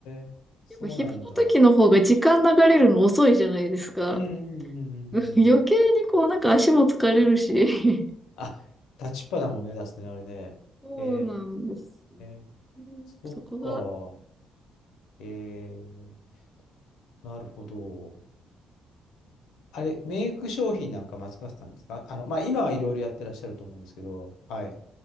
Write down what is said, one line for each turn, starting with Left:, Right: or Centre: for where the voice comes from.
Left: え、そうなんだ。
Centre: やっぱ昼の時の方が時間流れるの遅いじゃないですか。
Left: うんうんうんうんうん
Centre: <laughs> 余計にこうなんか足も疲れるし。<laughs>
Left: あ、立ちっぱだもんね、出すね、あれね。
Centre: そうなんです。
Left: へえ
Centre: うんそこが。
Left: そっか。えー、なるほど。あれ、メイク商品なんかマスカさんですかあの、まあ、今はいろいろやってらっしゃると思うんですけど、はい。